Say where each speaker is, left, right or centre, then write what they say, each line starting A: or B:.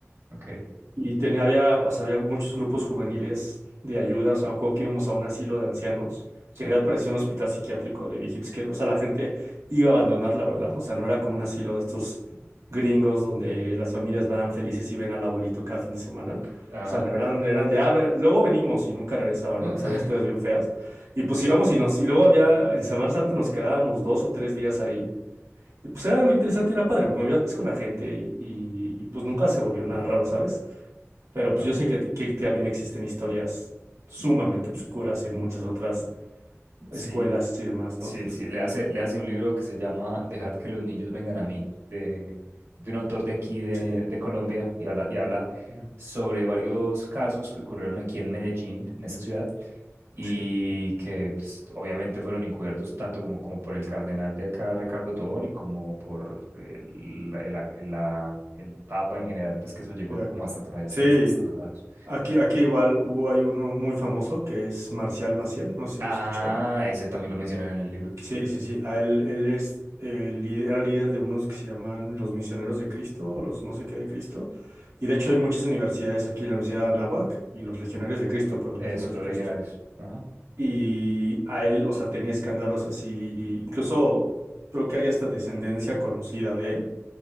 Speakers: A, on the right; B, on the right.
A: ok,
B: Y tenía, había, o sea, había muchos grupos juveniles de ayuda. O sea, me acuerdo que íbamos a un asilo de ancianos,
A: sí,
B: que en realidad parecía un hospital psiquiátrico de viejitos, que, o sea, la gente iba a abandonar, la verdad. O sea, no era como un asilo de estos gringos donde las familias van felices y ven al abuelito cada fin de semana.
A: ajá.
B: O sea, no eran, eran de, ah, ve- luego venimos y nunca regresaban,
A: <laughs>
B: ¿no? Sabías, historias bien feas. Y pues íbamos y nos, y luego había, en Semana Santa nos quedábamos dos o tres días ahí. Y pues era algo interesante y era padre, porque me ibas con la gente y, y y, pues nunca se volvió nada raro, ¿sabes? Pero pues
A: Ok.
B: yo sé que, t- que también existen historias sumamente oscuras en muchas otras
A: Sí,
B: escuelas y demás,
A: Sí,
B: ¿no?
A: sí, le hace, le hace un libro que se llama Dejad que los niños vengan a mí, de, de un autor de aquí de,
B: Sí,
A: de Colombia, y habla, y habla
B: bien,
A: sobre varios casos que ocurrieron aquí en Medellín, en esta ciudad, y
B: sí,
A: que pues, obviamente fueron encubiertos tanto como, como por el cardenal de acá, Ricardo Tobón, y como por el, la- el, la- el la- el Papa en general, pues que eso llegó
B: ya.
A: como hasta por ahí, hasta,
B: Sí,
A: hasta los lados.
B: aquí, aquí igual hubo, hay uno muy famoso que es Marcial Maciel, no sé si
A: Ah,
B: lo has escuchado.
A: ese también lo mencionan en el libro,
B: Sí, sí, sí, a él, él es, eh, lí- era líder de unos que se llaman los Misioneros de Cristo o los no sé qué de Cristo. Y de hecho hay muchas universidades aquí, la Universidad de Anáhuac y los Legionarios de Cristo, por los
A: eso,
B: Legionarios
A: los
B: de Cristo.
A: legionarios. Ajá.
B: Y a él, o sea, tenía escándalos así, incluso creo que hay hasta descendencia conocida de él.